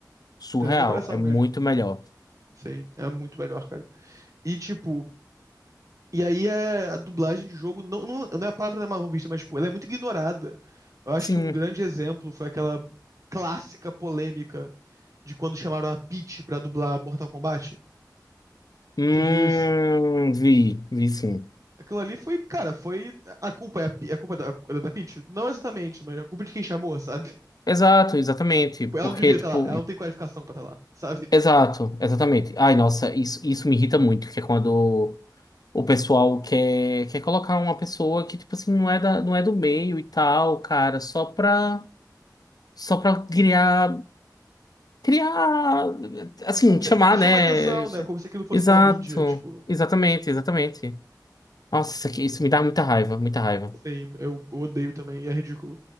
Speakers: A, on the left; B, on the right.
A: surreal.
B: tem nem comparação
A: É muito
B: mesmo.
A: melhor.
B: Sim, é muito melhor, cara. E tipo, e aí é a dublagem de jogo não, não, não é a palavra da mal vista, mas tipo, ela é muito ignorada. Eu acho
A: Sim.
B: que um grande exemplo foi aquela clássica polêmica de quando chamaram a Peach pra dublar Mortal Kombat.
A: Hum,
B: Você viu isso?
A: vi, vi sim.
B: Aquilo ali foi, cara, foi a culpa é a, Pe- a culpa é da, é da Peach? Não exatamente, mas é a culpa de quem chamou, sabe?
A: Exato, exatamente.
B: Tipo,
A: Porque,
B: Ela não devia estar
A: tipo.
B: lá, ela não tem qualificação pra estar lá, sabe?
A: Exato, exatamente. Ai, nossa, isso, isso me irrita muito, que é quando o pessoal quer, quer colocar uma pessoa que, tipo assim, não é da, não é do meio e tal, cara, só pra, só pra criar, criar, assim,
B: Como se,
A: chamar,
B: é chamar
A: né?
B: atenção, né? Como se aquilo fosse
A: Exato,
B: da mídia, tipo.
A: exatamente, exatamente. Nossa, isso aqui, isso me dá muita raiva, muita raiva.
B: Sim, eu odeio também, e é ridículo.